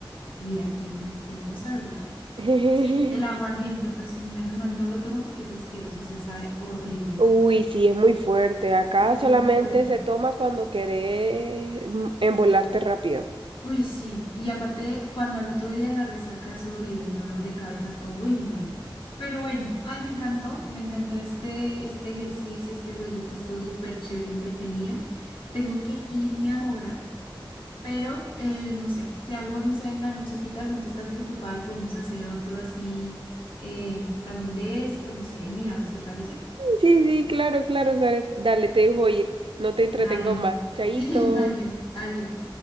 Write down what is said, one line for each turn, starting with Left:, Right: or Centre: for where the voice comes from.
Left: mira, ¿quién, quién lo sabría?
Right: <laughs>
Left: Sí, el aguardiente, pues menos mal no lo tomo porque es asqueroso, o sea, sabe horrible.
Right: Uy, sí, es muy fuerte. Acá
Left: Es muy
Right: solamente
Left: fuerte.
Right: se toma cuando querés mm, embolarte rápido.
Left: Uy, sí, y aparte cuando al otro día la resaca es horrible, el dolor de cabeza, todo, uy, no, no, no. Pero bueno, ay, me encantó, me encantó este, este ejercicio, este jueguito, es todo súper chévere, entretenido. Tengo que irme ahora, pero eh, no sé, si algo no se ve en la nochecita, de pronto estás desocupada y podemos hacer otro así, eh, también de esto, no sé, ahí miramos, ¿te parece?
Right: Sí, sí, claro, claro, Sares. Dale, te dejo ir. No te entretengo
Left: Dale,
Right: más. Chaito.
Left: <laughs> dale, adiós.